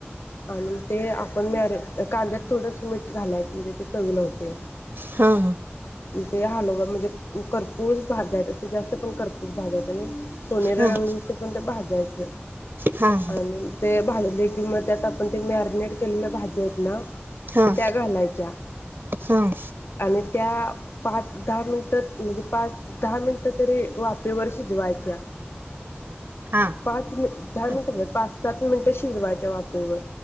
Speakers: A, on the left; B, on the right.
A: आणि ते आपण मॅर कांद्यात थोडस मीठ घालाय म्हणजे ते चवील होते
B: हा ह
A: ते हलोवा म्हणजे कर्पूस भाजाय असं जास्त पण कर्पूस भाजायच आणि सोनेर
B: हां,
A: रंग येई तो पर्यंत ते भाजायच
B: हां,
A: आणि ते भालले किंवा त्यात आपण ते मॅरिनेट केलेल्या भाज्या आहेत ना
B: हां,
A: त्या घालायच्या
B: हां,
A: आणि त्या पाच दहा मिनिट म्हणजे पाच दहा मिनिटं तरी वापेवर शिजवायच्या
B: हां,
A: पाच मि दहा
B: हां,
A: मिनट पाच सात मिनिटं शिजवायच्या वाफेवर